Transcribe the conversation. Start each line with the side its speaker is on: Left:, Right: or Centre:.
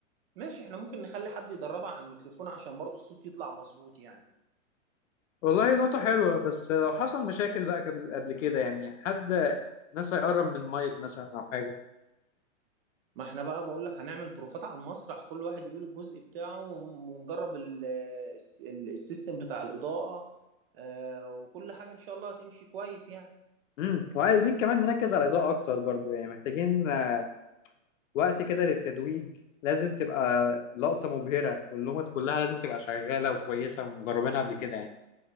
Right: ماشي احنا ممكن نخلي حد يدربها على الميكروفون عشان برضو الصوت يطلع مظبوط يعني
Left: والله نقطه حلوه بس لو حصل مشاكل بقى قبل قبل كده يعني حد ناس هيقرب من المايك مثلا او حاجه
Right: ما احنا بقى بقول لك هنعمل بروفات على المسرح كل واحد يقول الجزء بتاعه ون- ونجرب ال- ال- السيستم بتاع الإضاءة آه، وكل حاجة ان شاء الله هتمشي كويس يعني
Left: امم وعايزين كمان نركز على الاضاءه اكتر برضو يعني محتاجين آه، وقت كده للتتويج لازم تبقى لقطه مبهره واللومات كلها لازم تبقى شغاله وكويسه ومجربينها قبل كده يعني